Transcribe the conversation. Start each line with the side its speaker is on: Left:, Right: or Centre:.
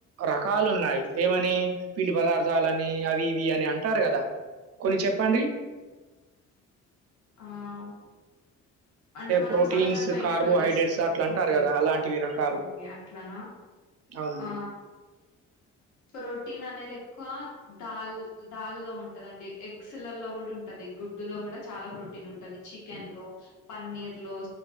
Right: రకాలు ఉన్నాయి ఏమని పిండి పదార్థాలని అవి ఇవి అని అం టారు కదా కొన్ని చెప్పండి
Left: ఆమ్ అంటే మనం
Right: ప్రోటీన్స్,
Left: సహజంగా ఇంట్లో
Right: కార్బోహైడ్రేట్స్
Left: చేసుకునే
Right: అట్లా అంటారు
Left: ఓకే
Right: కదా!
Left: ఓకే
Right: అలాంటివి రకాలు.
Left: ఓకే అట్లానా
Right: అవునండి.
Left: ఆ ప్రోటీన్ అనేది ఎక్కువ దాల్ దాల్ లో ఉంటదండి ఎగ్స్లలో కూడా ఉంటది. ఇ గుడ్డు లో కూడా చాలా ప్రోటీన్ ఉంటది. చికెన్ లో, పన్నీర్ లో,